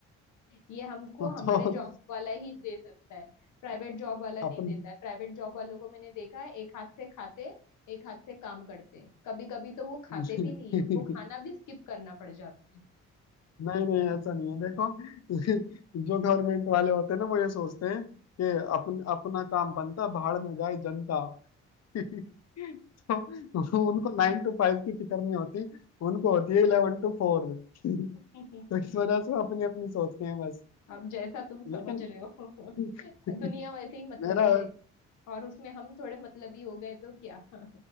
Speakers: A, on the left; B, on the left.
A: ये हमको
B: <laughs> तो
A: हमारे जॉब वाला ही दे सकता है प्राइवेट जॉब वाला नहीं
B: अपन
A: देता है प्राइवेट जॉब वालों को मैंने देखा है एक हाथ से खाते एक हाथ से काम करते कभी कभी तो वो खाते
B: नहीं
A: भी नहीं है उनको खाना भी स्किप करना पड़ जाता
B: नहीं ऐसा नहीं है देखो जो गवर्नमेंट वाले होते हैं ना वो ये सोचते हैं कि अपन अपना काम बनता भाड़ में जाए जनता <laughs> तो उनको नाइन टू फाइव की फिक्र नहीं होती उनको होती है इलेवन टू फोर <laughs>
A: है
B: तो इस वजह
A: <laughs>
B: से वो अपनी अपनी सोचते हैं बस
A: अब जैसा तुम समझ
B: लेकिन
A: रहे हो
B: <laughs>
A: <laughs> दुनिया वैसे ही मतलबी
B: मेरा
A: है और उसमें हम थोड़े मतलबी हो गए तो क्या <laughs>